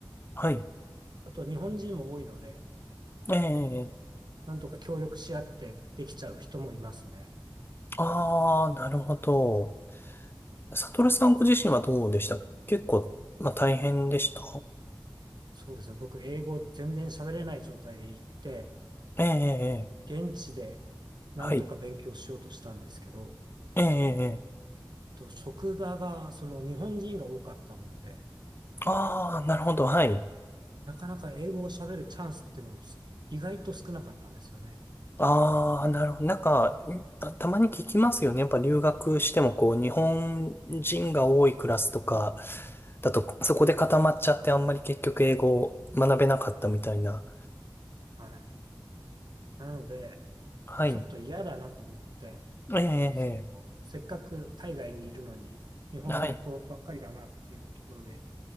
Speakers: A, on the left; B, on the right.
A: はい。
B: あと日本人も多いので、
A: ええええええ
B: なんとか協力し合ってできちゃう人もいますね。
A: ああ、なるほど。サトルさんご自身はどうでした結構、まあ、大変でした
B: そうですね。僕、英語全然喋れない状態で行って、
A: ええ、ええ、ええ
B: 現地でなんとか勉強しようとしたんですけど、
A: はい。ええ、ええ、ええ
B: えっと職場がその日本人が多かったもんで、
A: ああ、なるほど、はい。
B: なかなか英語を喋るチャンスっていうのもす意外と少なかったんですよね。
A: ああ、なるほど。なんか、んあたまに聞きますよね。やっぱ留学しても、こう、日本人が多いクラスとか、だと、そこで固まっちゃって、あんまり結局英語を学べなかったみたいな。
B: はい。なので、
A: はい。
B: ちょっと嫌だなと思って、
A: ええ、ええ、
B: その、せっかく海外にいるのに、日本語ばっかりだなっていうところで、
A: ええはい。